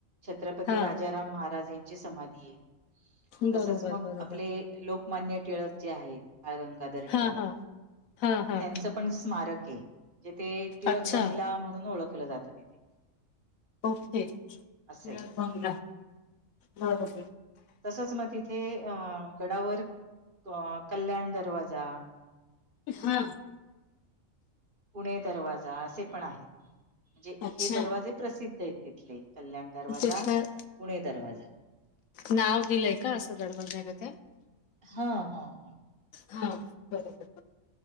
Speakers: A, on the right; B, on the left.
A: छत्रपती
B: हा
A: राजाराम महाराज यांची समाधी आहे
B: बरोबर
A: तसच मग
B: बरोबर
A: आपले. लोकमान्य टिळक जे आहेत बाळगंगाधर
B: हा
A: टिळक
B: हा हा हा
A: त्यांच. पण स्मारक आहे म्हणे ते टिळक
B: अच्छा
A: बंगला म्हणून ओळखलं जातं तिथे
B: ओके
A: असं
B: बंग
A: आहे.
B: बरोबर.
A: तसच मग तिथे अ गडावर अ कल्याण दरवाजा.
B: हा
A: पुणे दरवाजा असे पण आहेत म्हणजे
B: अच्छा
A: हे दरवाजे प्रसिद्ध आहेत तिथले. कल्याण दरवाजा
B: तिथलं
A: पुणे दरवाजा
B: नाव दिलंय का असं दडबडण्या का त्या.
A: हा हा ह
B: हा बरोबर